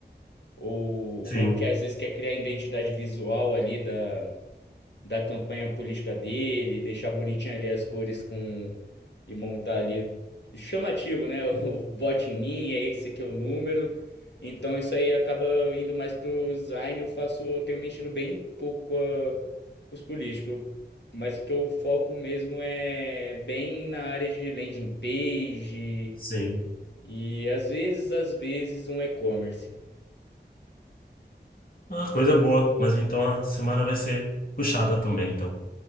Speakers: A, on the left; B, on the left.
A: ou,
B: sim,
A: ou que às vezes quer criar identidade visual ali da, da campanha política dele, deixar bonitinho ali as cores com e montar ali chamativo, né? <laughs> O vote em mim, é esse aqui é o número. Então isso aí acaba indo mais pro design, eu faço, eu tenho mexido bem pouco com, a- com os políticos. Mas o que eu foco mesmo é bem na área de landing page
B: sim.
A: e às vezes, às vezes um e-commerce.
B: Ah, coisa boa. Mas então a semana vai ser puxada também, então.